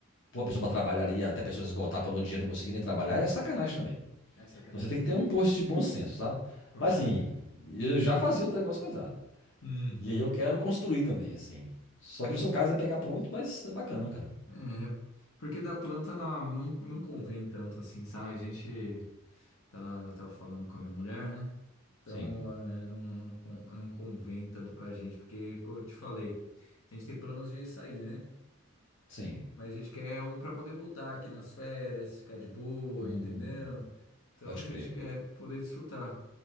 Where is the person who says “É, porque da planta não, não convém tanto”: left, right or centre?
Left